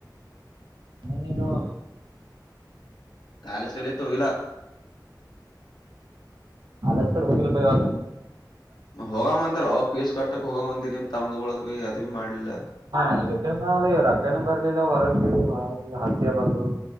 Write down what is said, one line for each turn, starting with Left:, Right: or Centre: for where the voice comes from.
Right: ಮ ನೋಡ.
Left: ಕಾಲೇಜ್ ಕಡೆ ಎತ್ತು ಹೋಗಿಲ್ಲಾ.
Right: ಅಲತ್ ಕಡೆ ಹೋಗಿಲ್ಲಪ್ಪಾ ಇವಾಗ.
Left: ಹೋಗ ಬಂದಾರ ಪಿಯೂಷ್ ಕಟ್ಟಕ್ ಹೋಗ ಬಂದಿ ನಿಮ್ ತಮ್ಮ್ದಗಳದ್ ಅದು ಬಿ ಮಾಡ್ಲಿಲ್ಲ
Right: ಹಾವ ಇವ್ರ್ ಅಕ್ಕನ ಬರ್ಲಿಲ್ಲ ಹೊರಗ ಹತ್ತಿಯ ಬಂದು.